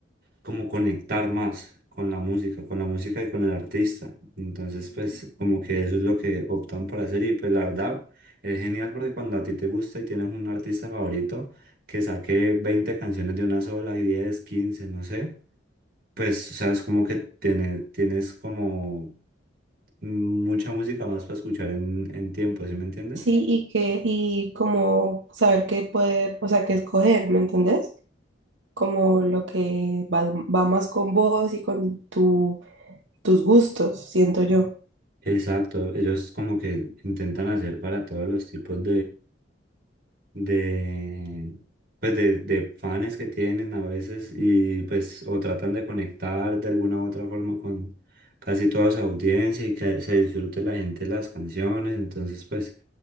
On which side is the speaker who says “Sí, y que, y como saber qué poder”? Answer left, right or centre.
Right